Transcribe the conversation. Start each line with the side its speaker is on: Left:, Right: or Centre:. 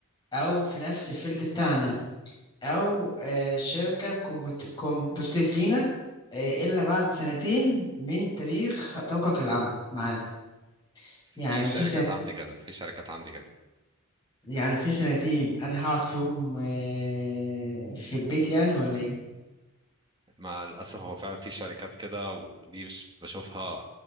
Left: او في نفس الفيلد بتاعنا او آه شركة كومبتيتيف لينا آه الا بعد سنتين من تاريخ توقعك للعمل معانا
Right: في
Left: يعني
Right: شركات
Left: في
Right: عندي كده في شركات عندي كده
Left: يعني في سنتين انا هقعد فيهم آه، في البيت يعني ولا ايه
Right: مع الأسف هو فعلا في شركات كده ودي مش بشوفها